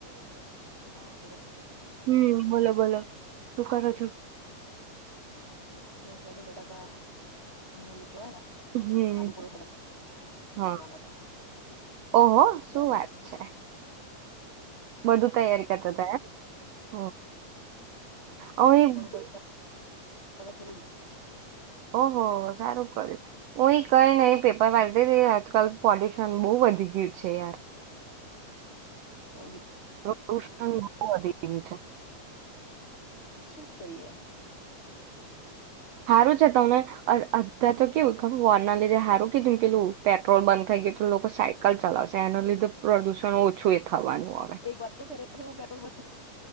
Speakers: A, on the left; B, on the right.
A: હાલો, હા બોલો.
B: હમ્મ, બોલો-બોલો. શું કરો છો?
A: બસ આ જો બટાકા નું ઓલું કેવાય ને
B: હમ્મ,
A: આલુ પરોઠા
B: હા.
A: બનાવાના છે
B: ઓહો શું
A: તો એનું
B: વાત છે. બધું તૈયારી કરતા <unintelligible> હું એ-
A: <inaudible> કા છોલું છું.
B: ઓહો, સારું કર્યું. હુંઈ કઈ નહીં પેપર વાંચતી તી, આજકાલ પોલ્યુશન બહુ વધી ગયું છે યાર.
A: પોલ્યુ
B: પ્રદુષણ બોહ વધી ગયું છે
A: શું કરીએ?
B: હારું છે તમને અધા તો કેવું તમે વોરના લીધે હારું કીધું પેલું પેટ્રોલ બંધ થઈ ગયું તો લોકો સાયકલ ચલાવશે એના લીધે પ્રદુષણ ઓછું એ થવાનું હવે
A: એક વાત કહુ ખરેખર પેટ્રોલ બંધ